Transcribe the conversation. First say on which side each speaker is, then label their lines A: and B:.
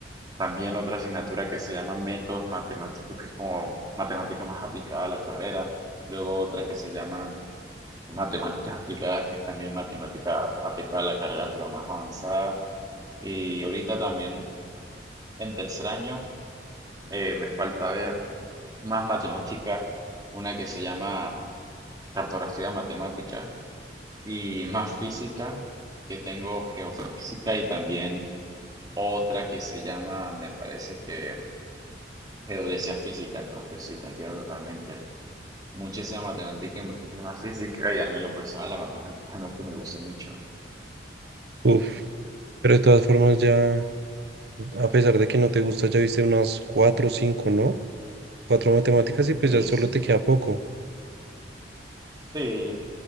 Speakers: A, on the right; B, on the right.
A: también otra asignatura que se llama métodos matemáticos, que es como matemática más aplicada a la carrera, luego otra que se llama matemáticas aplicadas, que es también matemática aplicada a la carrera, pero más avanzada. Y ahorita también en tercer año eh, me falta ver más matemática, una que se llama cartografía matemática y más física, que tengo geofísica y también otra que se llama, me parece que geodesia física, entonces sí, te entiendo totalmente. Muchísima matemática y muchísima física, y a mí en lo personal la matemática <laughs> no es que me guste mucho.
B: Uf, pero de todas formas ya, a pesar de que no te gusta, ya viste unas cuatro o cinco, ¿no? Cuatro matemáticas y pues
A: Sí,
B: ya solo te queda poco.
A: sí,